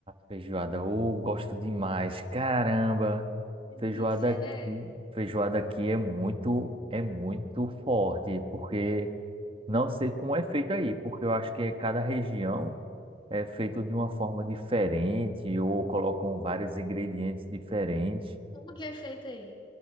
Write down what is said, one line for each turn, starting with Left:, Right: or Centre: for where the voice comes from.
Right: feijoada. Ou gosto demais. Caramba,
Left: Delícia,
Right: feijoada aqui,
Left: né?
Right: feijoada aqui é muito, é muito forte, porque não sei como é feito aí, porque eu acho que é cada região é feito de uma forma diferente ou colocam vários ingredientes diferentes.
Left: Como que é feita aí?